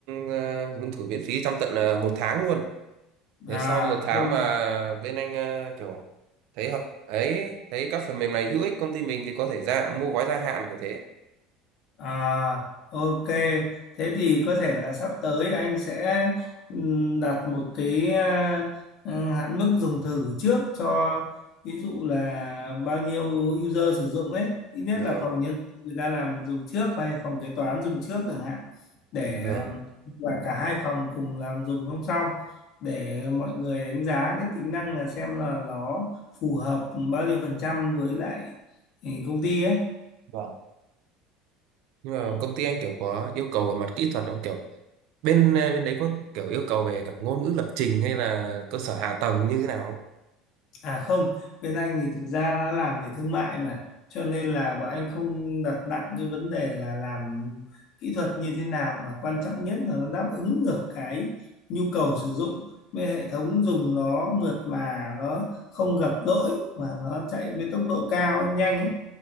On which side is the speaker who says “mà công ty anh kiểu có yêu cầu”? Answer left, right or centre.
Right